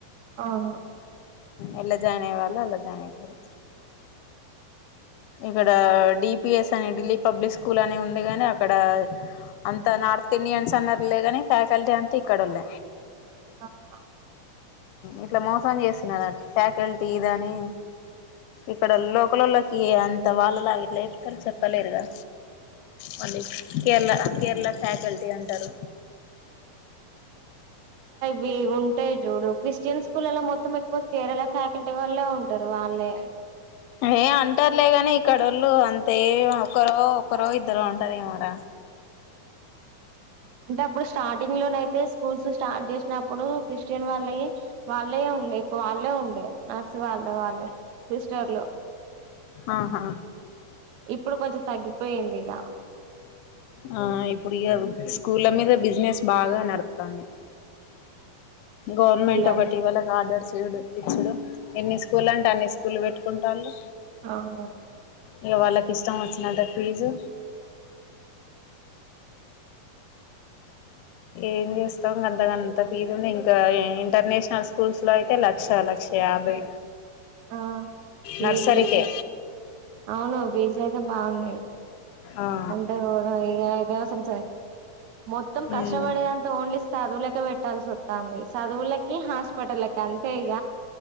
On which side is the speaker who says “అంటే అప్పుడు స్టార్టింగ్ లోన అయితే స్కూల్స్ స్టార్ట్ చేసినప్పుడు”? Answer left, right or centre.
Right